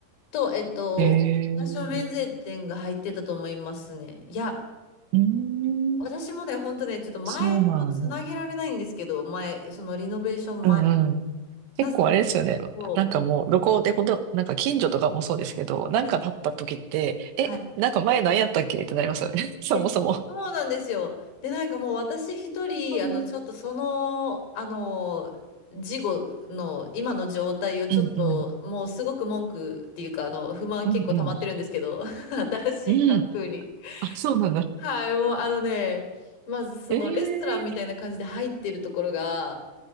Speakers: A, on the left; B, on the right.
A: と、えっと、
B: へえ、う
A: 私は免税店が入ってたと思いますね。いや、
B: ーん、
A: 私もね、ほんとね、ちょっと前とつなげられないんですけど、
B: そうなんや。
A: 前、そのリノベーション前、
B: うんうん。
A: なぜも、
B: 結構あれですよね。
A: そ
B: なんかもう、どこでこと、なんか近所とかもそうですけど、なんか立った時って、
A: ういや、
B: え、
A: はい。
B: なんか前何やったっけってなりますよね。<laughs> そもそも。
A: いや、そうなんですよ。で、なんかもう私一人、
B: うん
A: あの、ちょっとその、あの、事後の今の状態をちょっと、
B: うん。
A: もうすごく文句っていうか、あの、不満結構溜まってるんですけど、
B: うんうん。
A: <laughs> 新しい環境に。
B: うん。あ、そうなんだ。
A: はい、もうあのね、まずそのレストランみたいな感じで入ってるところが、
B: ええ